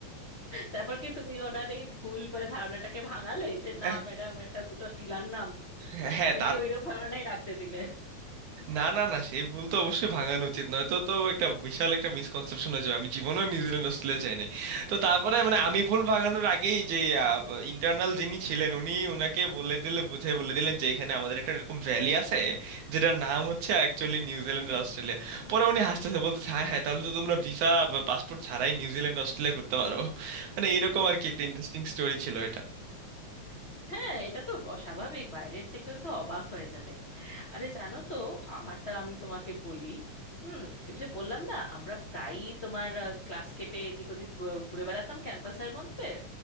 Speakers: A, on the left; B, on the right.
A: তারপর কি তুমি ওনার এই ভুল বা ধারণাটাকে ভাঙালে যে
B: <laughs>
A: না ম্যাডাম এটা দুটো টিলার নাম
B: আহ, হ্যাঁ
A: নাকি ওইরকম ধারণাই রাখতে দিলে
B: না না না সেই ভুল তো অবশ্যই ভাঙানো উচিত নয়তো তো একটা বিশাল একটা মিসকনসেপশন হয়ে যাবে আমি জীবনেও নিউজিল্যান্ড অস্ট্রেলিয়া চাইনি তো তারপরে
A: <laughs>
B: মানে আমি ভুল ভাঙানোর আগেই যে ইন্টারনাল যিনি ছিলেন উনি ওনাকে বলে দিলে বুঝাই বলে দিলেন যে এখানে আমাদের একটা এরকম ভ্যালি আছে যেটার নাম হচ্ছে অ্যাকচুয়ালি নিউজিল্যান্ড আর অস্ট্রেলিয়া পরে উনি হাসতেছে বলতেছে হ্যাঁ হ্যাঁ তাহলে তো তোমরা ভিসা বা পাসপোর্ট ছাড়াই নিউজিল্যান্ড অস্ট্রেলিয়া ঘুরতে পারো মানে এইরকম আর কি একটা ইন্টারেস্টিং স্টোরি ছিল এটা
A: হ্যাঁ এটা তো অস্বাভাবিক বাইরের যে কেউ তো অবাক হয়ে যাবে আরে জানো তো আমারটা আমি তোমাকে বলি হুম ওই যে বললাম না আমরা প্রায়ই তোমার ক্লাস কেটে এদিক ওদিক ঘু- ঘুরে বেড়াতাম ক্যাম্পাসের মধ্যে